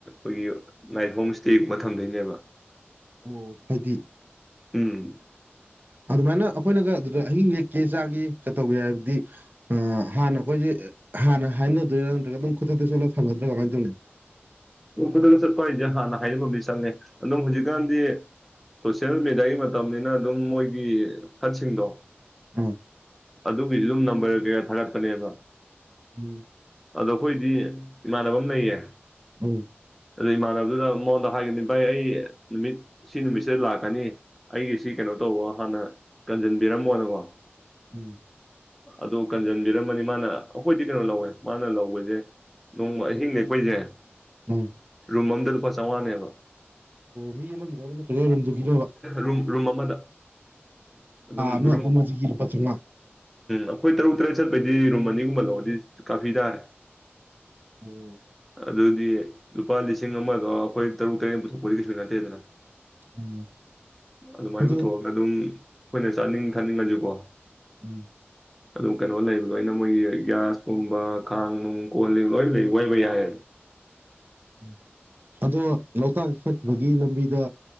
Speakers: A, in the centre; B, on the right.
A: ꯑꯩꯈꯣꯏꯒꯤ ꯍꯣꯝ ꯁꯇꯦ ꯈꯟꯗꯣꯏꯅꯦꯕ
B: ꯑꯣ ꯍꯥꯏꯗꯤ
A: ꯎꯝ
B: ꯑꯗꯨꯃꯥꯏꯅ ꯑꯩꯈꯣꯏꯅꯒ ꯑꯗ ꯑꯍꯤꯡ ꯂꯦꯛꯀꯦ ꯆꯥꯒꯦ ꯀꯩ ꯇꯧꯒꯦ ꯍꯥꯏꯕꯗꯤ ꯍꯥꯟꯅ ꯑꯩꯈꯣꯏꯁꯦ ꯍꯥꯟꯅ ꯍꯥꯏꯅꯗꯣꯏꯔꯥ ꯅꯠꯇ꯭ꯔꯒ ꯑꯗꯨꯝ ꯈꯨꯊꯛꯇ ꯆꯠꯂꯒ ꯐꯪꯒꯗ꯭ꯔꯥ ꯀꯃꯥꯏꯅ ꯇꯧꯅꯤ
A: ꯈꯨꯗꯪ ꯆꯠꯄ ꯍꯥꯏꯁꯦ ꯍꯥꯟꯅ ꯍꯥꯏꯅꯐꯝꯗꯤ ꯆꯪꯉꯦ ꯑꯗꯨꯝ ꯍꯧꯖꯤꯛꯀꯥꯟꯗꯤ ꯁꯣꯁꯤꯦꯜ ꯃꯦꯗꯤꯌꯥꯒꯤ ꯃꯇꯝꯅꯤꯅ ꯑꯗꯨꯝ ꯃꯣꯏꯒꯤ ꯍꯠꯁꯤꯡꯗꯣ
B: ꯎꯥ
A: ꯑꯗꯨꯒꯤꯁꯨ ꯑꯗꯨꯝ ꯅꯝꯕꯔ ꯀꯩꯀ ꯊꯥꯒꯠꯄꯅꯦꯕ
B: ꯎꯝ
A: ꯑꯗꯣ ꯑꯩꯈꯣꯏꯗꯤ ꯏꯃꯥꯟꯅꯕ ꯑꯃ ꯂꯩꯌꯦ
B: ꯑ
A: ꯑꯗꯨ ꯏꯃꯥꯟꯅꯕꯗꯨꯗ ꯃꯉꯣꯟꯗ ꯍꯥꯏꯒꯅꯤ ꯚꯥꯏ ꯑꯩ ꯅꯨꯃꯤꯠ ꯁꯤ ꯅꯨꯃꯤꯠꯁꯤꯗ ꯂꯥꯛꯀꯅꯤ ꯑꯩꯒꯤ ꯁꯤ ꯀꯩꯅꯣ ꯇꯧꯕ ꯍꯥꯟꯅ ꯀꯟꯖꯟꯕꯤꯔꯝꯃꯣꯅꯀꯣ
B: ꯎꯝ
A: ꯑꯣ ꯀꯟꯖꯟꯕꯤꯔꯝꯃꯅꯤ ꯃꯥꯅ ꯑꯩꯈꯣꯏꯗꯤ ꯀꯩꯅꯣ ꯂꯧꯋꯦ ꯃꯥꯅ ꯂꯧꯕꯁꯦ ꯅꯣꯡꯃ ꯑꯍꯤꯡ ꯅꯦꯛꯈꯣꯏꯁꯦ
B: ꯎꯝ ꯎꯝ
A: ꯔꯨꯝꯃꯝꯗꯜ ꯄ ꯁꯋꯥꯅ ꯍꯥꯏꯕ
B: ꯃꯤ ꯑꯃꯔꯕ ꯅꯠꯇ꯭ꯔꯒ ꯑꯩꯔꯣꯝꯗꯨꯒꯤꯔꯕ
A: ꯔꯨꯝ ꯔꯨꯝ ꯑꯃꯗ ꯑꯗꯨꯝ
B: ꯑꯃ
A: ꯎꯝ
B: ꯑꯄꯨꯟꯕꯁꯤꯒꯤ ꯂꯨꯄꯥ ꯆꯥꯝꯃꯉꯥ
A: ꯑꯩꯈꯣꯏ ꯇꯔꯨꯛ ꯇꯔꯦꯠ ꯆꯠꯄ ꯑꯩꯈꯣꯏꯗꯤ ꯔꯨꯝ ꯑꯅꯤꯒꯨꯝꯕ ꯂꯧꯔꯗꯤ ꯀꯥꯄꯤ ꯇꯥꯔꯦ
B: ꯑꯣ
A: ꯑꯗꯨꯗꯗꯤ ꯂꯨꯄꯥ ꯂꯤꯁꯤꯡ ꯑꯃꯗꯣ ꯑꯩꯈꯣꯏ ꯇꯔꯨꯛ ꯇꯔꯦꯠ ꯄꯨꯊꯣꯛꯄꯗꯤ ꯀꯩꯁꯨꯣꯏ ꯉꯅꯇꯦꯗꯅ
B: ꯎꯝ
A: ꯑꯗꯨꯃꯥꯏꯅ
B: ꯑꯗꯨ
A: ꯄꯨꯊꯣꯛꯑꯒ ꯑꯗꯨꯝ ꯄꯨꯣꯏꯁꯤ ꯆꯥꯅꯤꯡ ꯊꯥꯅꯤꯡꯉꯁꯨꯀꯣ
B: ꯎꯝ
A: ꯑꯗꯨꯝ ꯀꯩꯅꯣ ꯂꯩꯕ ꯂꯣꯏꯅ ꯃꯣꯏꯒꯤ ꯒ꯭ꯌꯥꯁꯀꯨꯝꯕ ꯈꯥꯡ ꯅꯨꯡ ꯀꯣꯜꯂꯤ ꯂꯣꯏ ꯂꯩ ꯑꯣꯏꯕ ꯌꯥꯏꯌꯦ
B: ꯎꯝ ꯑꯗꯣ ꯂꯣꯛꯇꯥꯛ ꯆꯠꯄꯒꯤ ꯂꯝꯕꯤꯗ